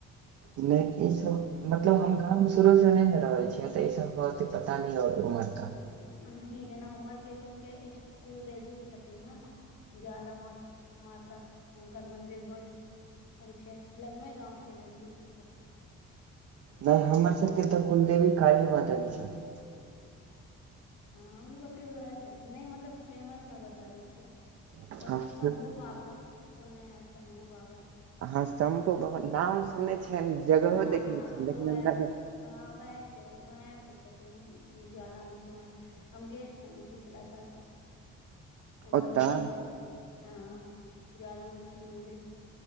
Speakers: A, on the right (about 55°); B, on the left (about 80°).
A: नहि ई सब मतलब हम गामव शुरू से नहि ने रहल छियै तऽ ई सब ह मरा ओते पता न होत उमहरका
B: नहीं जेना उमर के लोकके इसकुल देवी छथिन न ज्वाला मा माता हुकरर मंदिर बड उ छै लगमे गांव के टानजदीक छै कतहु
A: नहि हमर सब के तऽ कुलदेवी काली माता जी छथिन
B: हँ हमलोके भी वएह छथिन नहि मतलब फेमस मे बताबै छियै
A: छथिन
B: ओ शम्भू बाबा सुनने हेब शम्भू बाबा
A: हाँ शंम्भू बाबा नाम सुनने छियनि जगहो
B: हँ
A: देखने
B: हँ
A: छियनि
B: तो
A: लेकिन
B: ए
A: हुनका
B: हँ उएह छै उएह पे छथिन ज्वालामुखी म हम गेल छलहुँ पिछिला साल ओ
A: ओतऽ
B: मन्दिर हँ ज्वालमुखी मन्दिर